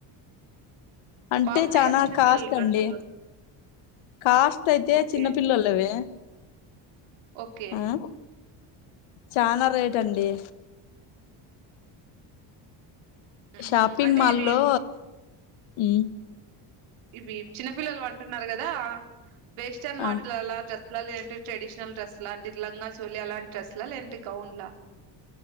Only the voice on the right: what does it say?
బాగున్నాయా
చిన్న
పిల్లల డ్రెస్సులు
ఓకే
ఓకే
మ్మ్
అంటే
ఇది
ఇవి చిన్న పిల్లలివి అంటున్నరు కదా వేస్టర్న్ మోడల్
అలా లలా లేదంటే ట్రెడిషనల్ డ్రెస్ లా అంటే ఇట్ల లంగా చోలి అలాంటి డ్రెస్ లా లేదంటే గౌన్లా